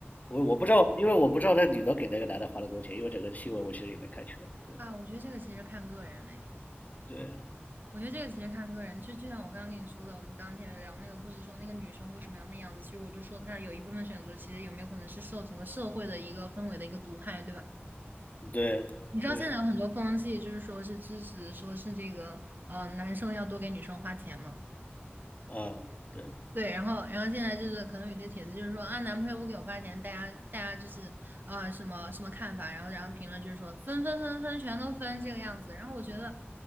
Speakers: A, on the left; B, on the right.
A: 我我不知道，因为我不知道那女的给那个男的花了多少钱，因为整个新闻我其实也没看全。对
B: 啊，我觉得这个其实看个人嘞。
A: 对
B: 我觉得这个其实看个人，就就像我刚刚跟你说的，我们刚刚前面聊那个故事，说那个女生为什么要那样子，其实我就说她有一部分选择，其实有没有可能是受整个社会的一个氛围的一个毒害，对吧？
A: 对对，
B: 你知道现在有很多风气，就是说是支持，说是这个呃男生要多给女生花钱嘛。
A: 嗯，对。
B: 对，然后，然后现在就是可能有些帖子就是说啊，男朋友不给我发钱，大家大家就是啊、什么什么看法，然后然后评论就是说分分分分全都分这个样子。然后我觉得，